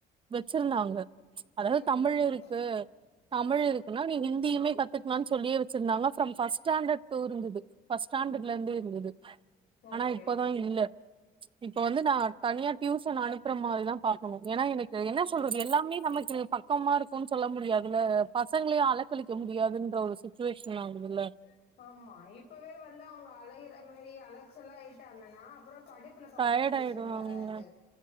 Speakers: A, on the right (about 30°); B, on the left (about 70°).
A: வச்சிருந்தாங்க அதாது
B: ம்
A: தமிழ்
B: ம் ம்
A: இருக்கு தமிழ் இருக்குன்னா நீ ஹிந்தியுமே கத்துக்லாணு சொல்லியே வச்சுருந்தாங்க from first stand <unintelligible> first standard லருந்தே இருந்துது ஆனா
B: ஓகே
A: இப்பதா இல்ல இப்ப வந்து நா தனியா டியூஷன் அனுப்ற மாரிதா பாக்கணு ஏனா எனக்கு என்ன சொல்றது எல்லாமே நமக்கு பக்கமாருக் குன் சொல்ல முடியாதுல பசங்களயு அலக்களிக்க முடியாதுன்ற ஒரு சுச்சுவேஷன் ஆகுதுல்ல
B: <inaudible> ஆமா இப்பவே வந்து அவங்க அலயிற மாரி அலச்சலாயிடாங்கனா அப்றோ படிப்ல கான்சன்ட்ரேஷன்
A: டயர்ட் ஆயிடுவாங்க
B: வராது